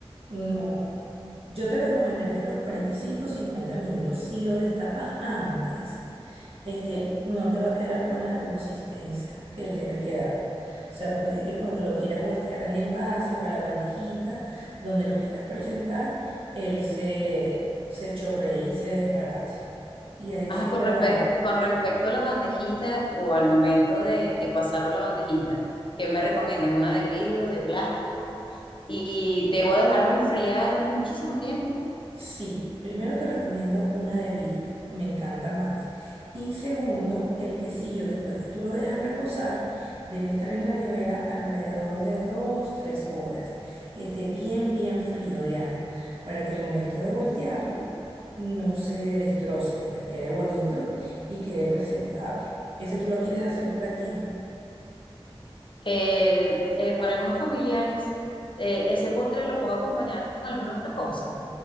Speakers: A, on the right (about 70°); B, on the left (about 55°).
A: No, yo te recomendaría los 45 o 50 minutos. Si lo destapas antes, este, no te va a quedar con la consistencia que él debe quedar. O sea, puede que cuando lo quieras voltear al envase o a la bandejita donde lo quieras presentar, él se, se chorree y se desbarate. Y ahí
B: Ajá,
A: sí es
B: con
A: verdad.
B: respecto, con respecto a la bandejita o al momento de, de pasarlo a la bandejita, ¿qué me recomiendas? ¿Una de vidrio, de plástico? ¿Y debo dejarlo enfriar muchísimo tiempo?
A: Sí, primero te recomiendo una de vidrio, me encanta más. Y segundo, el quesillo, después que tú lo dejas reposar, debe estar en la nevera alrededor de dos, tres horas, que esté bien, bien frío, Diana, para que al momento de voltearlo no se destroce, pues quede bonito y quede presentable. ¿Ese tú lo quieres hacer para quién?
B: Eh, eh, para algunos familiares, eh, ese postre lo puedo acompañar con alguna otra cosa.